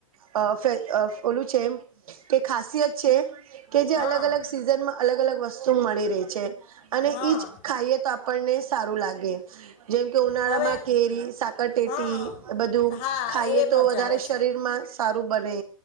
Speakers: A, on the right; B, on the left.
A: અ ફે અ ઓલું છે, એમ કે ખાસિયત છે. કે જે
B: હા
A: અલગ અલગ સિઝનમાં અલગ અલગ વસ્તુ મળી રેય છે, અને
B: હા
A: ઈજ ખાઈએ તો આપણને સારું લાગે જેમ કે ઉનાળામાં
B: હવે
A: કેરી, સાક ટેટી
B: હા
A: બધું
B: હા
A: ખાઈએ
B: એ
A: તો
B: મજા
A: વધારે
B: આવે
A: શરીરમાં
B: છે
A: સારું બને